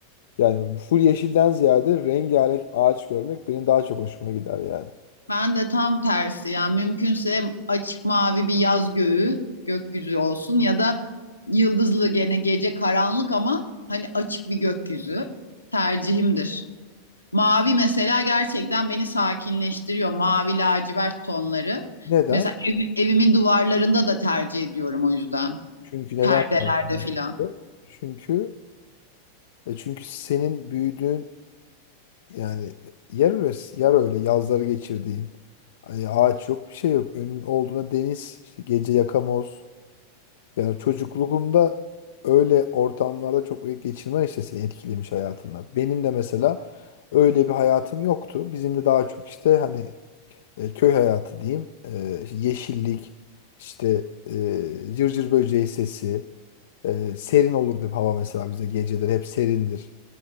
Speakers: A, on the left (about 60°); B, on the left (about 80°).
A: Yani full yeşilden ziyade rengarenk ağaç görmek benim daha çok hoşuma gider yani.
B: Ben de tam tersi yani mümkünse açık mavi bir yaz göğü, gökyüzü olsun ya da yıldızlı gene gece karanlık ama hani açık bir gökyüzü tercihimdir. Mavi mesela gerçekten beni sakinleştiriyor. Mavi lacivert tonları.
A: Neden?
B: Mesela ev- evimin duvarlarında da tercih ediyorum o yüzden.
A: Çünkü neden
B: Perdelerde
A: sakin?
B: filan.
A: Çünkü e çünkü senin büyüdüğün yani e, yer orası, yer öyle yazları geçirdiğin Ay, ağaç yok bir şey yok. Önün olduğuna deniz işte gece yakamoz. Yani çocukluğunda öyle ortamlarda çok vakit geçirmen işte seni etkilemiş hayatında. Benim de mesela öyle bir hayatım yoktu. Bizim de daha çok işte hani e, köy hayatı diyeyim. E, işte yeşillik işte e, cırcır böceği sesi Ee, serin olurdu hep hava mesela bize geceleri hep serindir